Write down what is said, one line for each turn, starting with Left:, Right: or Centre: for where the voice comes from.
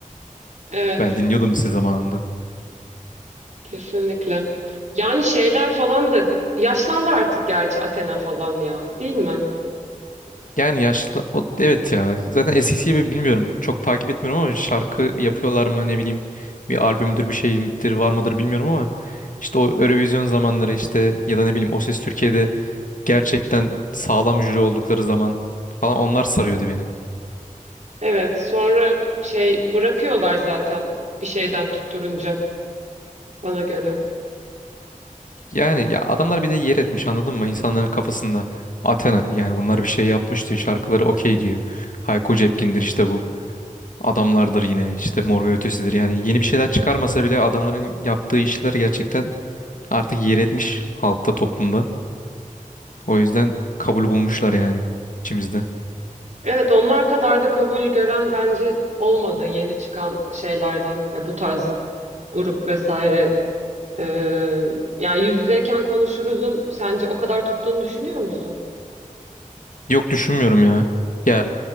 Right: Evet,
Left: Ben dinliyordum lise zamanında.
Right: kesinlikle. Yani şeyler falan da yaşlandı artık gerçi Athena falan ya, değil mi?
Left: Yani yaşlı o evet ya. Zaten eskisi gibi bilmiyorum. Çok takip etmiyorum ama şarkı yapıyorlar mı ne bileyim. Bir albümdür bir şey midir var mıdır bilmiyorum ama işte o Eurovision zamanları işte ya da ne bileyim O Ses Türkiye'de gerçekten sağlam jüri oldukları zaman falan onlar sarıyordu beni.
Right: Evet, sonra şey bırakıyorlar zaten bir şeyden tutturunca bana göre.
Left: Yani ya adamlar bir de yer etmiş anladın mı? İnsanların kafasında Athena yani bunlar bir şey yapmış diyor şarkıları okey diyor. Hayko Cepkin'dir işte bu. Adamlardır yine işte Mor ve Ötesi'dir. Yani yeni bir şeyler çıkarmasa bile adamların yaptığı işler gerçekten artık yer etmiş halkta toplumda. O yüzden kabul bulmuşlar yani içimizde.
Right: Evet, onlar kadar da kabul gören bence olmadı yeni çıkan şeylerden. Ya bu tarz grup vesaire. Ee, yani yüz yüzeyken konuşuruzun sence o kadar tuttuğunu düşünüyor musun?
Left: Yok düşünmüyorum ya. Ya